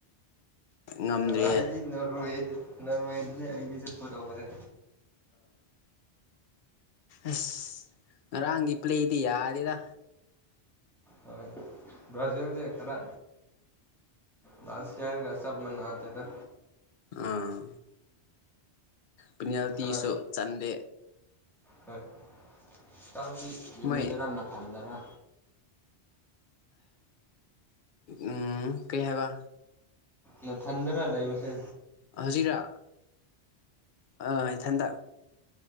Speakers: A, on the left; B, in the centre.
A: ꯉꯝꯗ꯭ꯔꯤꯌꯦ
B: ꯑꯩꯗꯤ ꯅꯣꯔꯋꯦꯗ ꯅꯣꯔꯋꯗꯅꯦ ꯑꯗꯤ ꯁꯄꯣꯔꯇ ꯇꯧꯕꯁꯦ
A: ꯑꯁ ꯉꯔꯥꯡꯒꯤ ꯄ꯭ꯂꯦꯗꯤ ꯌꯥꯗꯦꯗ
B: ꯍꯣꯏ ꯕ꯭ꯔꯥꯖꯤꯜꯁꯦ ꯈꯔ ꯂꯥꯁ ꯌꯥꯔꯒ ꯆꯞ ꯃꯥꯟꯅꯗꯦꯗ
A: ꯑꯥ ꯄꯨꯅꯦꯜꯇꯤꯁꯨ
B: ꯈꯔ
A: ꯆꯟꯗꯦ
B: ꯍꯣꯏ ꯢꯇꯥꯎꯗꯤ ꯌꯨꯝꯗꯔꯥ
A: ꯃꯣꯏ
B: ꯅꯊꯟꯗꯔꯥ
A: ꯎꯝ ꯀꯩ ꯍꯥꯏꯕ
B: ꯅꯊꯟꯗꯔꯥ ꯂꯩꯕꯁꯦ
A: ꯍꯧꯖꯤꯛꯔꯥ ꯑꯥ ꯏꯊꯟꯇ